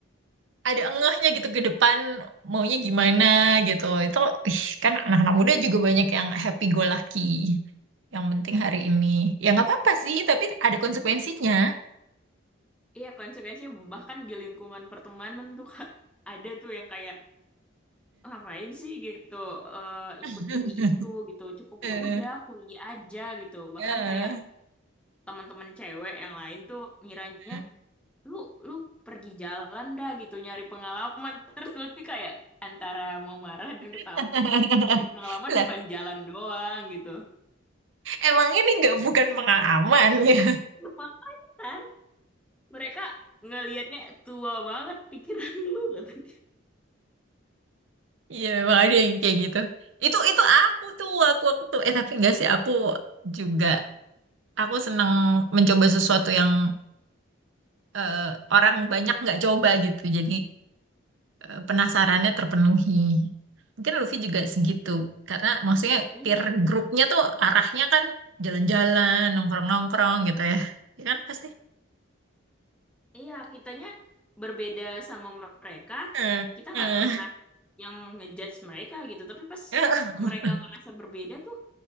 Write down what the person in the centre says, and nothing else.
Iya, konsekuensinya bahkan di lingkungan pertemanan tuh Kak, ada tuh yang kayak "Ah, ngapain sih gitu eh,
ikut ini itu gitu cukup
ya udah kuliah aja gitu bahkan
kayak teman-teman cewek yang lain tuh ngiranya
lu lu pergi jalan dah gitu nyari pengalaman <laughs> terus Lutfi kayak antara mau marah dan ketawa
kayak nyari pengalaman
bukan jalan doang gitu
makanya kan mereka ngelihatnya tua banget pikiran lu kata dia.
Iya
betul,
Kak.
Iya, kitanya berbeda sama mereka.
Kita
nggak pernah yang ngejudge mereka gitu. Tapi pas
mereka ngerasa berbeda tuh,